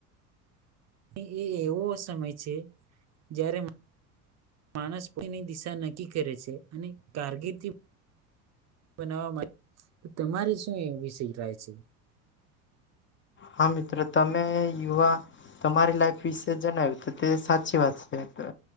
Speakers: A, on the right (about 35°); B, on the left (about 25°).
A: એ એવો સમય છે જ્યારે માનસપની દિશા નક્કી કરે છે અને કારકિર્દી બનાવવા માટે તમારી શું એ વિષય રહેાય છે?
B: હા મિત્રો તમે યુવા તમારી લાઈફ વિશે જણાવ્યું તે સાચી વાત છે